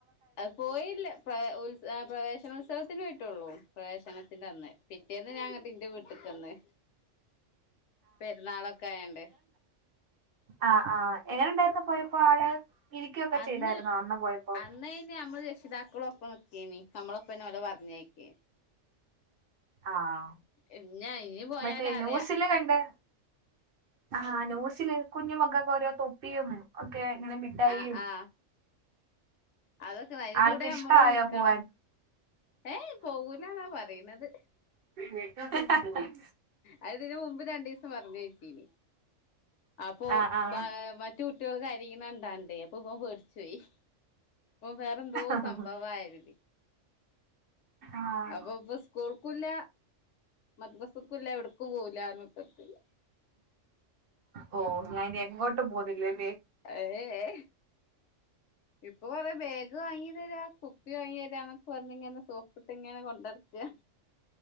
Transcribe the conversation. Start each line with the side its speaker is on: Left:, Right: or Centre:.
Left: അത് പോയില്ല പ്ര ഉത്സ ആ പ്രവേശനോത്സവ ത്തിനോയിട്ടൊള്ളൂ പ്രവേശനത്തിന്റന്ന് പിറ്റേന്ന് ഞാൻ ഇങ്ങട്ട് ഇന്റെ വീട്ട്ക്കന്ന് പെരുന്നാളൊക്കെ ആയോണ്ട്
Right: ആ ആഹ് എങ്ങനണ്ടായിരുന്നു പോയപ്പോ ആള് ഇരിക്കൊക്കെ
Left: അന്ന്
Right: ചെയ്തായിരുന്നോ അന്ന് പോയപ്പോ
Left: അന്ന് അയിന് നമ്മള് രക്ഷിതാക്കള് ഒപ്പം നി ക്കേനി നമ്മളൊപ്പന്നെ ഓലെ പറഞ്ഞയക്കേ
Right: ആഹ്
Left: ഇഞ്ഞ ഇഞ്ഞ് പോയാലറിയാ
Right: മറ്റേ ന്യൂസില് കണ്ട് ആഹ് ന്യൂസില് കുഞ്ഞുമക്കക്ക് ഓരോ തൊപ്പിയും ഒക്കെ ഇങ്ങനെ മിഠായിയും
Left: ആ ആ അതൊക്കെ അതിന്
Right: ആൾക്ക്
Left: കൂടെ നമ്മളും
Right: ഇഷ്ടായോ
Left: നിക്കണം
Right: പോവാൻ
Left: ഏഹേ പോകുലാന്നാ പറിണത്
Right: അഅഅ
Left: അത് ഇതിന് മുമ്പ് രണ്ടിസം പറഞ്ഞേ ട്ടീനി അപ്പൊ
Right: ആഹ്
Left: ബാ മറ്റേ കുട്ടികൾ കരിണത്കണ്ടാണ്ടെ പ്പ ബൻ പേടിച്ച് പോയി അപ്പോ ഓൻ വേറെന്തോ
Right: ആഹ്
Left: സംഭവാ കരുതി
Right: ആഹ്
Left: അപ്പൊ ഇപ്പൊ സ്കൂൾക്കുല്ല മദ്രസക്കുല്ല എവിട്ക്കും പോകൂലർഞ് കുത്തർക്ക്ണ്ട്
Right: ഓ ഞാ ഇനി എങ്ങോട്ടും പോകുന്നില്ലല്ലേ
Left: എ ഏയേ
Right: ഉ
Left: ഇപ്പൊ കൊറെ ബാഗ് വാങ്ങി തരാ കുപ്പി വാങ്ങി തരാന്നൊക്കെ പറഞ്ഞിങ്ങനെ സോപ്പിട്ട് ഇങ്ങനെ കൊണ്ട് നടക്കാ